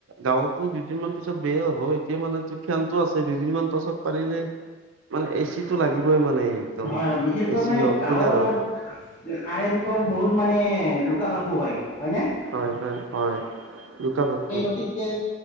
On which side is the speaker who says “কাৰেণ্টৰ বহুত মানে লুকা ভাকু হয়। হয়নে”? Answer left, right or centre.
Left